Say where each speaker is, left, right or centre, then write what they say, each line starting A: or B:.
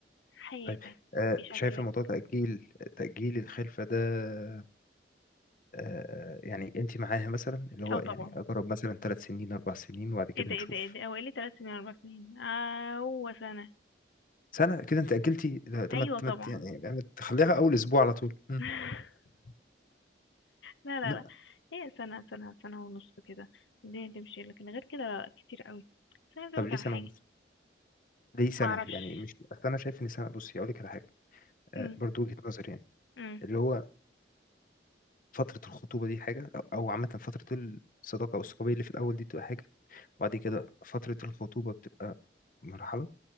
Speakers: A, on the left (about 85°); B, on the left (about 45°).
A: حياتك
B: طيب آه.
A: بشكلك
B: شايفه موضوع تأجيل تأجيل الخلفه ده آه. يعني انت معاها مثلا اللي هو
A: اه طبعا
B: يعني اجرب مثلا ثلاث سنين اربع سنين وبعد كده
A: ايه ده
B: نشوف
A: ايه ده ايه ده هو ايه لي تلات سنين اربع سنين اه هو سنة
B: سنه كده انت أجلتي ده ده
A: ايوه
B: ما ت-
A: طبعا
B: ما ت- يعني ما تخليها اول اسبوع على طول مم.
A: <laughs> لا لا
B: لا
A: لا هي سنة سنة سنة ونص كده الدنيا تمشي لكن غير كده لا لا، كتير قوي بس أنا عايزة
B: طب
A: أقولك
B: ليه
A: على
B: سنه
A: حاجة
B: ونص ليه سنه
A: معرفش
B: يعني مش اصل انا شايف ان سنه بصي اقول لك على حاجه آه.
A: أم،
B: برضو وجهه نظري يعني
A: أم،
B: اللي هو فترة الخطوبة دي حاجة أو أو عامة فترة الصداقة أو الصحوبية اللي في الأول دي بتبقى حاجة وبعد كده فترة الخطوبة بتبقى مرحلة